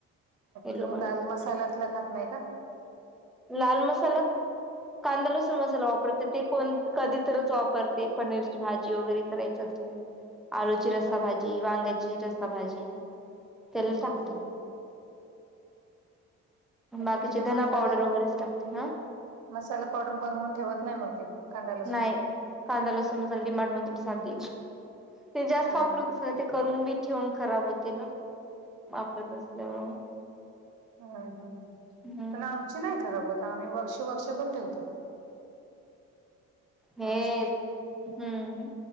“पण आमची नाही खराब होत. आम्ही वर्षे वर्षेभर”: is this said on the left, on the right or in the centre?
Right